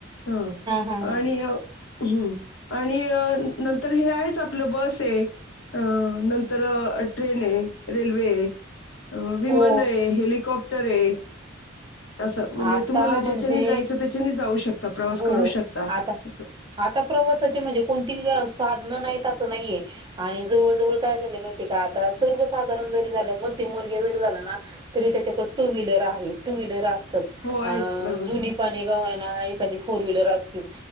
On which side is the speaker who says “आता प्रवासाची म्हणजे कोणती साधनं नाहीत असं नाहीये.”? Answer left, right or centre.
Right